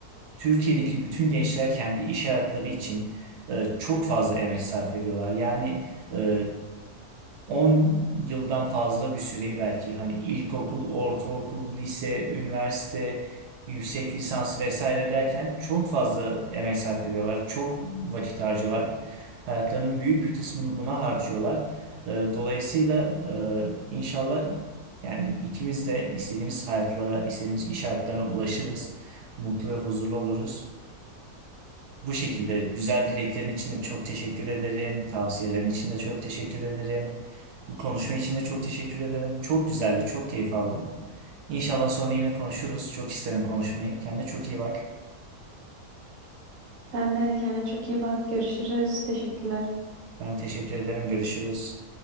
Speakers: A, on the right; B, on the right.
A: Türkiye'deki bütün gençler kendi iş hayatları için e, çok fazla emek sarf ediyorlar. Yani e, 10 yıldan fazla bir süreyi belki hani ilkokul, ortaokul, lise, üniversite, yüksek lisans vesaire derken çok fazla emek sarf ediyorlar. Çok vakit harcıyorlar. Hayatlarının büyük bir kısmını buna harcıyorlar. Ee, Dolayısıyla e, inşallah yani ikimiz de istediğimiz hayatlara, istediğimiz iş hayatlarına ulaşırız. Mutlu ve huzurlu oluruz. Bu şekilde güzel dileklerin için de çok teşekkür ederim. Tavsiyelerin için de çok teşekkür ederim. Bu konuşma için de çok teşekkür ederim. Çok güzeldi, çok keyif aldım. İnşallah sonra yine konuşuruz. Çok isterim konuşmayı. Kendine çok iyi bak.
B: Sen de kendine çok iyi bak. Görüşürüz. Teşekkürler.
A: Ben teşekkür ederim. Görüşürüz.